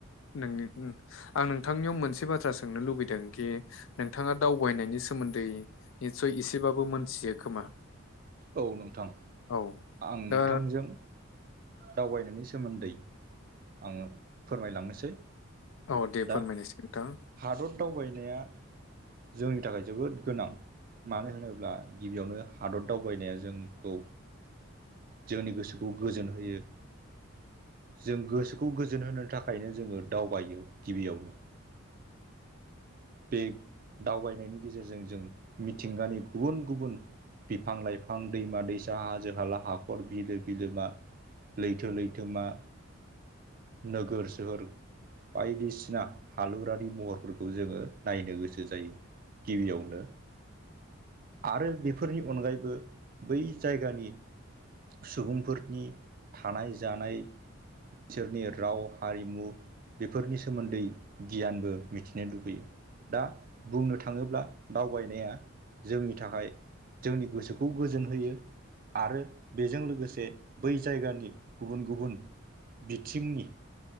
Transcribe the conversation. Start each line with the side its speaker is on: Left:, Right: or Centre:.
Left: नोंनि आं नोंथांनियाव मोनसे बाथ्रा सोंनो लुबैदों खि नोंथाङा दावबायनायनि सोमोन्दै निसय एसेबाबो मोनथियो खोमा।
Right: औ नोंथां
Left: औ
Right: आं
Left: दा
Right: नोंथांजों दावबायनायनि सोमोन्दै आङो फोरमायलांनोसै।
Left: औ दे
Right: दा
Left: फोरमायनोसै नोंथां।
Right: हादर दावबायनाया जोंनि थाखाय जोबोद गोनां। मानो होनोब्ला गिबियावनो हादर दावबायनाया जोंखौ जोंनि गोसोखौ गोजोन होयो। जों गोसोखौ गोजोन होनो थाखायनो जोङो दावबायो गिबियावनो। बे दावबायनायनि गेजेरजों जों मिथिंगानि गुबुन गुबुन बिफां-लाइफां, दैमा-दैसा, हाजो-हाला, हाखर, बिलो-बिलोमा लैथो-लैथोमा नोगोर सोहोर बायदिसिना हालुरारि महरफोरखौ जोङो नायनो गोसो जायो। गिबियावनो आरो बेफोरनि अनगायैबो बै जायगानि सुबुंफोरनि थानाय जानाय बिसोरनि राव हारिमु बेफोरनि सोमोन्दै गियानबो मिथिनो लुबैयो दा बुंनो थाङोब्ला दावबायनाया जोंनि थाखाय जोंनि गोसोखौ गोजोन होयो आरो बेजों लोगोसे बै जायगानि गुबुन गुबुन बिथिंनि